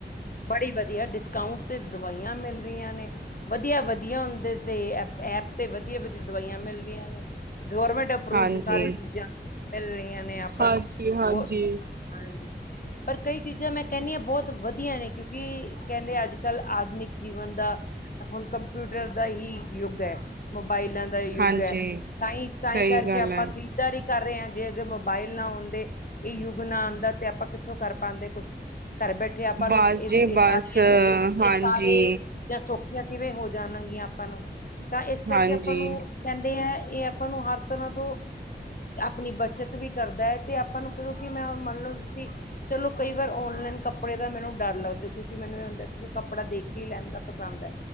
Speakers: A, on the left; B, on the right.
A: ਬੜੀ ਵਧੀਆ ਡਿਸਕਾਊਂਟ ਤੇ ਦਵਾਈਆਂ ਮਿਲ ਰਹੀਆਂ ਨੇ ਵਧੀਆ ਵਧੀਆ ਉਹਦੇ ਤੇ ਐਪ ਤੇ ਵਧੀਆ ਵਧੀਆ ਦਵਾਈਆਂ ਮਿਲਦੀਆਂ ਨੇ ਗਵਰਮੈਂਟ ਅਪਰੂਵਡ
B: ਹਾਂਜੀ।
A: ਸਾਰੇ ਚੀਜ਼ਾਂ ਮਿਲ ਰਹੀਆਂ ਨੇ ਆਪਾਂ
B: ਹਾਂਜੀ
A: ਨੂੰ
B: ਹਾਂਜੀ।
A: ਬਹੁਤ ਹਾਂਜੀ ਪਰ ਕਈ ਚੀਜ਼ਾਂ ਮੈਂ ਕਹਿੰਦੀ ਹਾਂ ਬਹੁਤ ਵਧੀਆ ਨੇ ਕਿਉਂਕਿ ਕਹਿੰਦੇ ਅੱਜ ਕੱਲ੍ਹ ਆਧੁਨਿਕ ਜੀਵਨ ਦਾ ਹੁਣ ਕੰਪਿਊਟਰ ਦਾ ਹੀ ਯੁੱਗ ਹੈ। ਮੋਬਾਇਲਾਂ ਦਾ ਯੁੱਗ
B: ਹਾਂਜੀ
A: ਹੈ ਤਾਂਹੀ ਤਾਂਹੀ
B: ਸਹੀ
A: ਕਰਕੇ
B: ਗੱਲ
A: ਆਪਾਂ
B: ਹੈ
A: ਖਰੀਦਾਰੀ ਕਰ ਰਹੇ ਹਾਂ ਜੇ ਅਗਰ ਮੋਬਾਇਲ ਨਾ ਆਉਂਦੇ ਇਹ ਯੁੱਗ ਨਾ ਆਉਂਦਾ ਤੇ ਆਪਾਂ ਕਿੱਥੋਂ ਕਰ ਪਾਉਂਦੇ ਕੁਛ ਘਰ ਬੈਠੇ ਆਪਾਂ
B: ਬਸ
A: ਨੂੰ ਇਹ
B: ਜੀ
A: ਇਹ
B: ਬਸ
A: ਸਾਰੀਆਂ
B: ਹਾਂਜੀ।
A: ਇਹ ਸਾਰੇ ਚੀਜ਼ਾਂ ਸੌਖੀਆਂ ਕਿਵੇਂ ਹੋ ਜਾਣਗੀਆਂ ਆਪਾਂ ਨੂੰ ਤਾਂ ਇਸ ਕਰਕੇ
B: ਹਾਂਜੀ
A: ਆਪਾਂ ਨੂੰ ਕਹਿੰਦੇ ਆ। ਇਹ ਆਪਾਂ ਨੂੰ ਹਰ ਤਰ੍ਹਾਂ ਤੋਂ। ਆਪਣੀ ਬੱਚਤ ਵੀ ਕਰਦਾ ਹੈ ਤੇ ਆਪਾਂ ਨੂੰ ਕਹੋ ਮੈਂ ਹੁਣ ਮੰਨ ਲਓ ਕਿ ਚਲੋ ਕਈ ਵਾਰ ਔਨਲਾਨ ਕੱਪੜੇ ਦਾ ਮੈਨੂੰ ਡਰ ਲੱਗਦਾ ਕਿਉਂਕਿ ਮੈਨੂੰ ਇਹ ਹੁੰਦਾ ਕੱਪੜਾ ਦੇਖ ਕੇ ਲੈਣਾ ਪਸੰਦ ਹੈ।